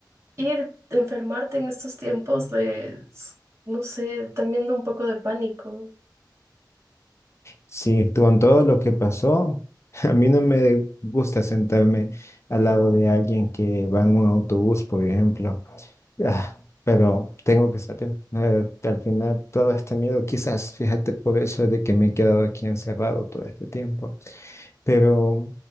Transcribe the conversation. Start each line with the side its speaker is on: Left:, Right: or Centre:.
Right: ir enfermarte en estos tiempos de, s- no sé, también da un poco de pánico.
Left: Sí, con todo lo que pasó, <laughs> a mí no me gusta sentarme al lado de alguien que va en un autobús, por ejemplo. Ah, pero tengo que salir. Eh, al final, todo este miedo, quizás, fíjate, por eso es de que me he quedado aquí encerrado todo este tiempo. Pero,